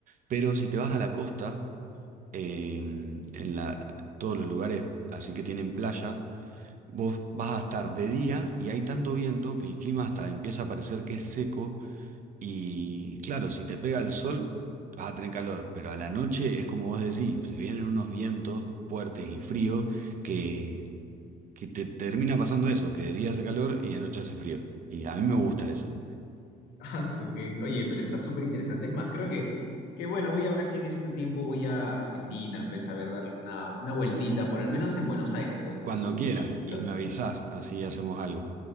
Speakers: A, on the right; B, on the left.
A: pero si te vas a la costa, eh, en la, todos los lugares así que tienen playa, vos vas a estar de día y hay tanto viento que el clima hasta empieza a parecer que es seco y claro, si te pega el sol, vas a tener calor, pero a la noche es como vos decís, se vienen unos vientos fuertes y fríos que, que te termina pasando eso, que de día hace calor y de noche hace frío. Y a mí me gusta eso.
B: Ah, su- que- Oye, pero está súper interesante. Es más, creo que, que bueno, voy a ver si en este tiempo voy a Argentina, pues a ver, darle una, una vueltita, por al menos en Buenos Aires, pues,
A: Cuando
B: ¿no? Su,
A: quieras
B: su ciudad.
A: y me avisás, así hacemos algo.